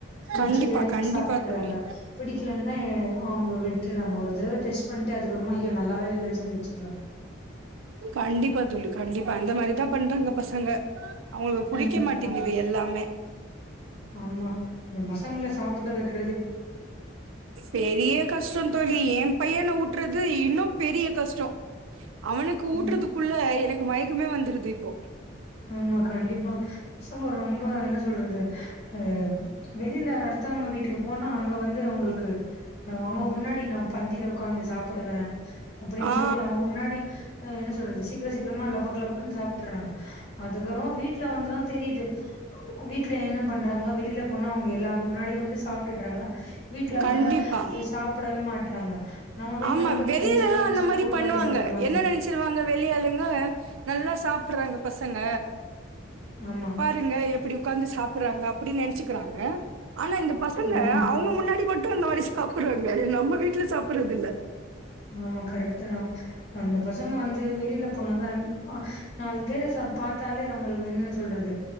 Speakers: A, on the left (about 30°); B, on the right (about 80°).
A: வச்சி
B: கண்டிப்பா
A: எடுத்துட்டு
B: கண்டிப்பா
A: சாப்ட்டறாங்க
B: தோழி
A: புடிக்கலன்னா அவுங்க விட் டறாங்க ஒரு தடவ டெஸ்ட் பண்ட்டு அக்கப்பறமா ஐயோ நல்லாவே இல்லன் சொல்லி வச்சிடறாங்க
B: கண்டிப்பா தோழி கண்டிப்பா இந்த மாரிதான் பண்றாங்க பசங்க அவுங்களுக்கு புடிக்க
A: ம்
B: மாட்டேங்குது
A: ஆமா
B: எல்லாமே
A: ஆமா இந்த பசங்கள சாப்பட வைக்க
B: பெரிய கஷ்டம் தோழி என் பையன ஊட்டறது இன்னும் பெரிய கஷ்டம் அவனுக்கு ஊட்டறதுக்குள்ள
A: ம்
B: எனக்கு மயக்கமே வந்துருது இப்போ
A: ஆமா கண்டிப்பா பசங்க ரொம்ப என்ன சொல்றது ஆ வெளியில அடுத்தவங்க வீட்டுக்கு போனா அங்க வ ந்து அவுங்களுக்கு நா உங்க முன்னாடி நா பந்தில உக்காந்து சாப்பிடுவே அப்பிடின்னு
B: ஆ
A: சொல்லி அவங்க முன்னாடி ஆ என்ன சொல்றது சீக்கிர சீக்கிரமா லபக் லபக்குன்னு சாப்ட்டுர்றாங்க அதுக்கப்புறமா வீட்ல வந்துதா தெரியுது வீட்ல என்ன பண்றாங்க வெளி ல போனா அவங்க எல்லார் முன்னா டி வந்து சாப்ட்டுடறாங்க வீட்ல
B: கண்டிப்பா
A: வந்தா இது சாப்படவே மாட்றாங்க நம்ம வீட்ல
B: ஆமா
A: வந்து
B: வெளில
A: கெஞ்சி
B: எல்லா
A: கெஞ்சி
B: அந்த மாரி
A: கூத்தாடி
B: பண்ணுவாங்க
A: சாப்டுற மாதிரி
B: என்ன
A: இருக்கு
B: நெனைச்சிருவாங்க வெளி ஆளுங்க நல்லா சாப் பட்றாங்க பசங்க
A: ஆமா
B: பாருங்க எப்பிடி உக்காந்து சாப்பட்றாங்க அ ப்டி நெனச்சுக்கறாங்க ஆனா இந்த பசங்க
A: ஆமா
B: அவங்க முன்னாடி மட் டு அந்த மாரி சாப்படுறாங்க எ நம்ம வீட்ல சாப்படுறதில்ல
A: ஆமா கரெக்ட்டுதா அந்த பசங்க வந்து வெளில போனாலே ஆ நாலு பேர சா பாத்தாலே அவங்களுக்கு என்னன்னு சொல்றது